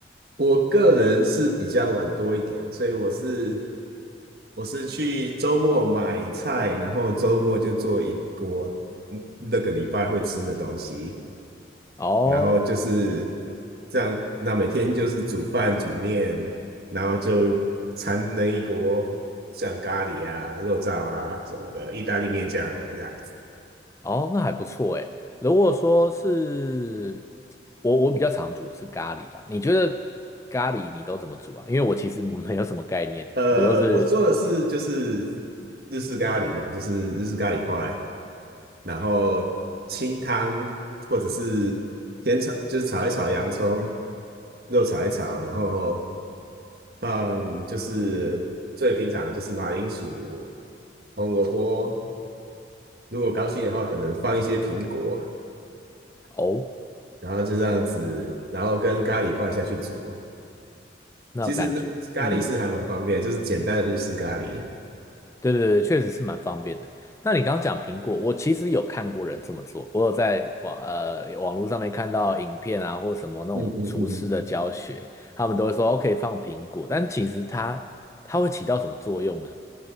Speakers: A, on the right; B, on the left.
A: 我个人是比较懒惰一点，所以我是我是去周末买菜，然后周末就做一锅嗯那个礼拜会吃的东西，
B: 哦
A: 然后就是这样，那每天就是煮饭煮面，然后就掺了一锅像咖喱啊、肉燥啊什么的，意大利面酱啊这样子。
B: 哦，那还不错哎。如果说是我，我比较常煮的是咖喱啦。你觉得咖喱你都怎么煮啊？因为我其实没有什么概念，
A: 呃，
B: 我都是
A: 我做的是就是日式咖喱嘛，就是日式咖喱块，然后清汤或者是先炒，就是炒一炒洋葱，肉炒一炒，然后放就是最平常的就是马铃薯、红萝卜，如果高兴的话，可能放一些苹果，
B: 哦，
A: 然后就这样子，然后跟咖喱块下去煮。
B: 那感觉嗯。
A: 其实咖喱是还蛮方便，就是简单的日式咖喱。
B: 对对对，确实是蛮方便的。那你刚刚讲苹果，我其实有看过人这么做，我有在网呃网络上面看到影片啊，或什么那种厨师的教学，
A: 嗯嗯嗯
B: 他们都会说哦可以放苹果，但其实它它会起到什么作用呢？